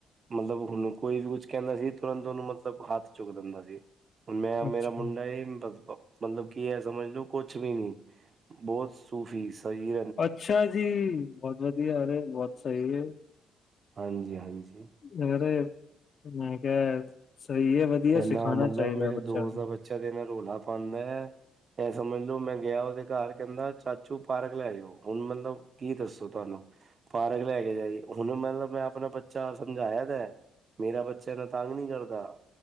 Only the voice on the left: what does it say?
ਅੱਛਾ
ਅੱਛਾ ਜੀ, ਬੌਤ ਵਧੀਆ, ਅਰੇ, ਬੌਤ ਸਈ ਐ।
ਯ ਮੈਂ ਕੇਆ ਸਈ ਐ ਵਦੀਆ
ਸਿਖਾਨਾ
ਚਾਈਦਾ
ਬੱਚੇਆਂ
ਨੂੰ।